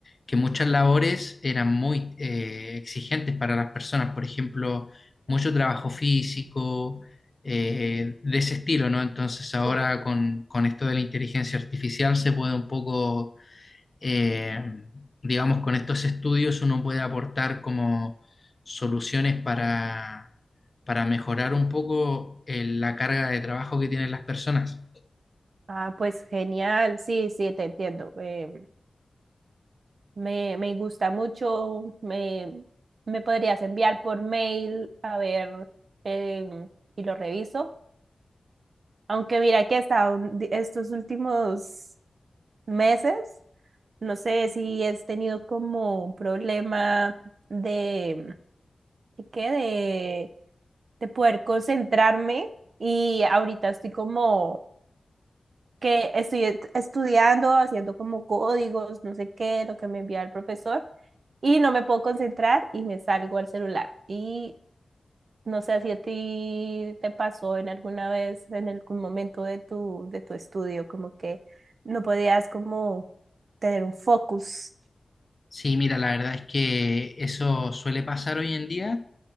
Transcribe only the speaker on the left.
que muchas labores eran muy eh, exigentes para las personas, por ejemplo, mucho trabajo físico, eh, de ese estilo, ¿no? Entonces ahora
con, con esto de la inteligencia artificial se puede un poco eh, digamos, con estos estudios uno puede aportar como soluciones para, para mejorar un poco el- la carga de trabajo que tienen las personas.
Sí, mira, la verdad es que eso suele pasar hoy en día,